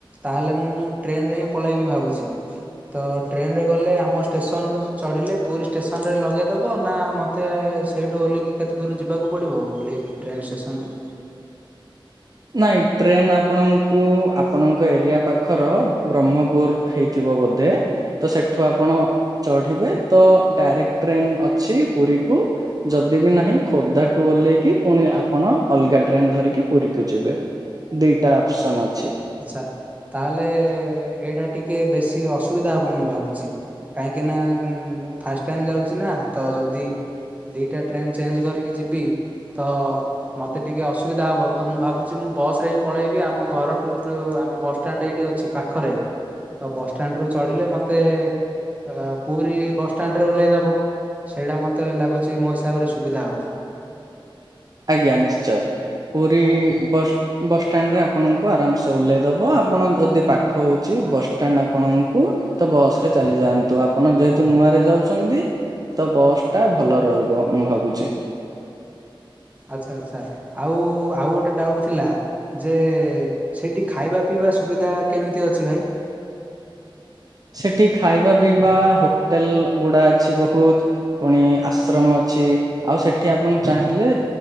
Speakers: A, on the right; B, on the right.
A: ତାହେଲେ ମୁଁ ଟ୍ରେନରେ ହିଁ ପଳେଇବି ଭାବୁଛି। ତ ଟ୍ରେନରେ ଗଲେ ଆମ ଷ୍ଟେସନ ରୁ ଚଢ଼ିଲେ ପୁରୀ ଷ୍ଟେସନରେ ଲଗେଇଦେବ ନାଁ ମୋତେ ତେ ସେଇଠୁ ଓଲେହିକି କେତେ ଦୂର ଯିବାକୁ ପଡିବ, ଓଲେହିକି ଟ୍ରେନ ସେକ୍ସନ ରୁ।
B: ନାଇଁ ଟ୍ରେନ୍ ଆପଣଙ୍କୁ, ଆପଣଙ୍କ ଏରିଆ ପାଖର ବ୍ରହ୍ମପୁର ହେଇଥିବ ବୋଧେ। ତ ସେଠୁ ଆପଣ ଚଢିବେ, ତ ଡାଇରେକ୍ଟ ଟ୍ରେନ ଅଛି ପୁରୀକୁ। ଯଦି ବିି ନାହିଁ ଖୋର୍ଦ୍ଧା ଟୁ ଓହ୍ଲେଇକି ପୁଣି ଆପଣ ଅଲଗା ଟ୍ରେନ ଧରିକି ପୁରୀ କୁ ଯିବେ ଦିଟା ଅପସନ୍ ଅଛି।
A: ଆଚ୍ଛା ତାହେଲେ ଏଇଟା ଟିକେ ବେଶୀ ଅସୁବିଧା ହେବ ମୁଁ ଭାବୁଛି। କାହିଁକିନା ମୁଁ ଫାଷ୍ଟ ଟାଇମ୍ ଯାଉଛି ନା, ତ ଯଦି ଦିଇଟା ଟ୍ରେନ୍ ଚେଞ୍ଜ କରିକି ଯିବି, ତ ମୋତେ ଟିକେ ଅସୁବିଧା ହେବ ତ, ମୁଁ ଭାବୁଛି ମୁଁ ବସ୍ ରେ ହିଁ ପଳେଇବି ଆମ ଘରଠୁ ଯୋଉ ଆମ ବସଷ୍ଟାଣ୍ଡ ଏଇଠି ଅଛି ପାଖରେ। ତ ବସ୍ ଷ୍ଟାଣ୍ଡ ରୁ ଚଢ଼ିଲେ ମୋତେ ଅ ପୁରୀ ବସ୍ ଷ୍ଟାଣ୍ଡ ରେ ଓହ୍ଲାଇଦେବ। ସେଇଟା ମତେ ଲାଗୁଛି ମୋ ହିସାବରେ ସୁବିଧା ହବ।
B: ଆଜ୍ଞା ନିଶ୍ଚୟ, ପୁରୀ ବସ ବସ୍ ଷ୍ଟାଣ୍ଡ ରେ ଆପଣଙ୍କୁ ଆରାମସେ ଓହ୍ଲେଇଦବ, ଆପଣ ଯଦି ପାଖ ହଉଛି ବସ୍ ଷ୍ଟାଣ୍ଡ ଆପଣଙ୍କୁ ତ ବସ୍ ରେ ଚାଲି ଯାଆନ୍ତୁ, ଆପଣ ଯେହେତୁ ନୂଆ ରେ ଯାଉଛନ୍ତି। ତ ବସ୍ ଟା ଭଲ ରହିବ, ମୁଁ ଭାବୁଛି।
A: ଆଚ୍ଛା ଆଚ୍ଛା, ଆଉ ଆଉ ଗୋଟେ ଡାଉଟ୍ ଥିଲା, ଯେ ସେଇଠି ଖାଇବା ପିଇବା ସୁବିଧା କେମିତି ଅଛି ଭାଇ।
B: ସେଠି ଖାଇବା ପିଇବା ହୋଟେଲ ଗୁଡା ଅଛି ବହୁତ। ପୁଣି ଆଶ୍ରମ ଅଛି। ଆଉ ସେଠି ଆପଣ ଚାହିଁଲେ